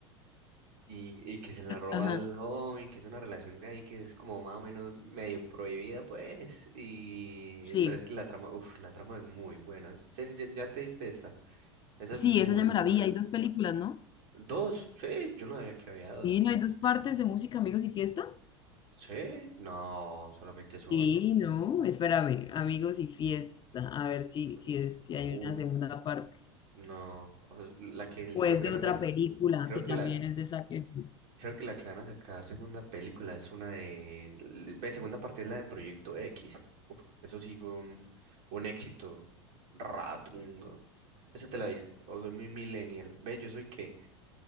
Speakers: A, on the right; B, on the left.
A: y, y que se la roba
B: Ajá,
A: al joven, que es una relación gay que es como más o menos medio prohibida, pues, y
B: sí.
A: pero es que la trama, uff, la trama es muy buena. Se- Ya, ya te diste esta, esa
B: Sí,
A: es muy
B: esa ya me
A: buena.
B: la vi. Hay dos películas, ¿no?
A: Dos, sí, yo no sabía que había dos.
B: Sí, ¿no hay dos partes de música, amigos y fiesta?
A: Sí, no, solamente es uno.
B: Sí, no, espérame, amigos y fiesta. A ver si, si
A: Es-
B: es, si
A: Uf,
B: hay una segunda parte.
A: no. O sea, La que el-
B: Pues
A: creo que
B: de
A: van
B: otra
A: a sa-
B: película
A: creo
B: que
A: que
B: también
A: la
B: es de Zac Efron.
A: creo que la que van a sacar segunda película es una de ve, segunda parte es la de Proyecto X. Uf, eso sí fue un un éxito ratungo. ¿Esa te la viste? O soy muy millennial. Ve, yo soy qué?